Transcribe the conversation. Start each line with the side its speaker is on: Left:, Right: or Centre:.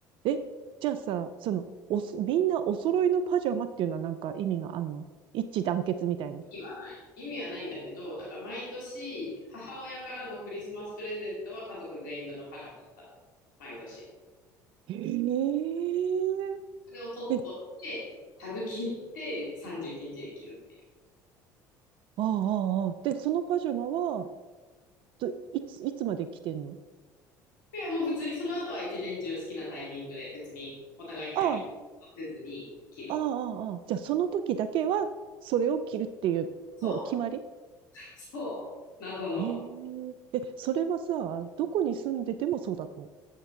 Right: え、じゃあさ、その、おそ、みんなお揃いのパジャマっていうのはなんか意味があんの一致団結みたいな。
Left: 意味はない。意味はないんだけど、だから毎年、母親からのクリスマスプレゼントは家族全員分のパジャマだったの。毎年。
Right: へえ。
Left: それを取っといて、
Right: え、
Left: タグ切って31日にちに着るっていう。
Right: ああ、ああ、ああで、そのパジャマは、といつ、いつまで着てんの
Left: いや、もう普通にその後は一年中好きなタイミングで別にお互いタイミング合わせずに切る。
Right: ああ、ああ、ああ。じゃあその時だけは、それを着るっていう、
Left: そう。
Right: もう決まり
Left: そう。謎の。
Right: ええ。え、それはさ、どこに住んでてもそうだったの